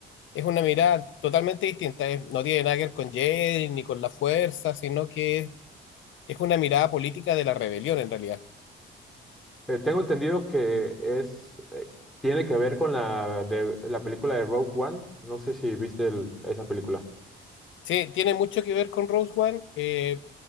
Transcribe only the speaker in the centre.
Eh, tengo entendido que es eh, tiene que ver con la de la película de Rogue One. No sé si viste el- esa película.